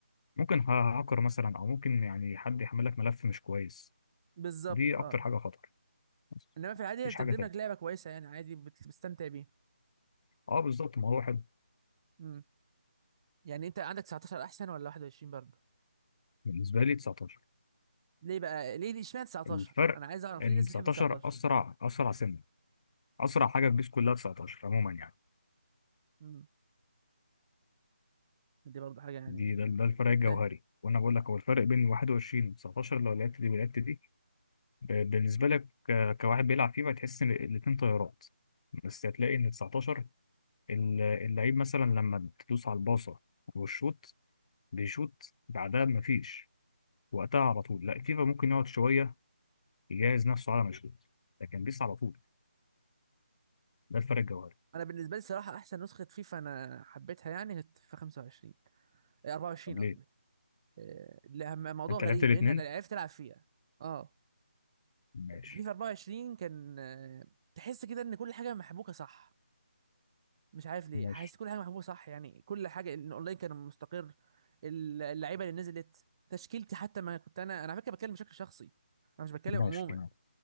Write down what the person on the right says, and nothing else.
بالظبط
اه
انما في العادي هي
بتقدم
لك لعبه كويسه يعني عادي بت- بتستمتع بيها
امم يعني انت عندك 19 احسن ولا 21 برضه
ليه بقى ليه ليه اشمعنى 19
انا عايز اعرف
ليه الناس
بتحب 19
امم دي برضه حاجه يعني
مش
فاهم
انا بالنسبه لي صراحه احسن نسخه فيفا انا حبيتها يعني كانت في 25 إيه، 24
قصدي
إيه، لا م- موضوع
غريب
لان انا عرفت العب فيها اه
فيفا 24 كان آه، تحس كده ان كل حاجه محبوكه صح مش عارف ليه
حاسس كل حاجه محبوبه صح يعني كل حاجه الاونلاين كان مستقر اللعيبه اللي نزلت تشكيلتي حتى ما كنت انا انا على فكره بتكلم بشكل شخصي انا مش بتكلم
عموما